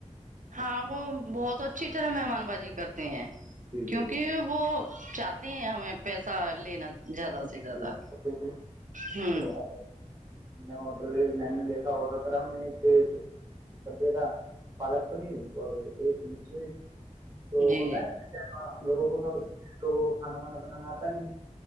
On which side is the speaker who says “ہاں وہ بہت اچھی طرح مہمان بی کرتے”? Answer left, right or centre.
Right